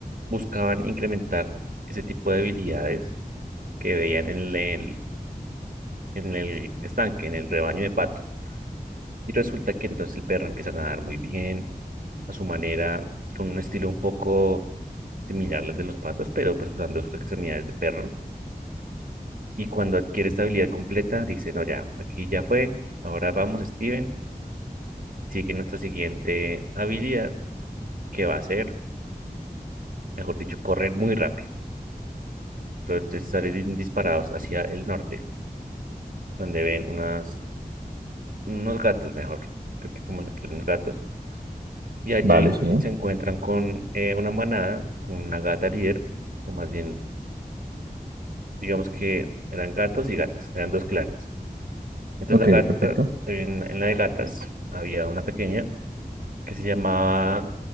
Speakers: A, on the right; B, on the right.
A: buscaban incrementar ese tipo de habilidades que veían en el, en el estanque, en el rebaño de patos. Y resulta que entonces el perro empieza a nadar muy bien, a su manera, con un estilo un poco similar al de los patos, pero pues usando sus extremidades de perro. Y cuando adquiere esta habilidad completa, dice, no, ya, aquí ya fue, ahora vamos, Steven, sigue nuestra siguiente habilidad, que va a ser, mejor dicho, correr muy rápido. Entonces salen disparados hacia el norte, donde ven unas, unos gatos, mejor, creo que podemos meter unos gatos y allí
B: Vale, sí.
A: se encuentran con eh, una manada, con una gata líder, o más bien, digamos que eran gatos y gatas, eran dos clanes. Entonces
B: Ok,
A: la gata,
B: perfecto.
A: en, en la de gatas, había una pequeña que se llamaba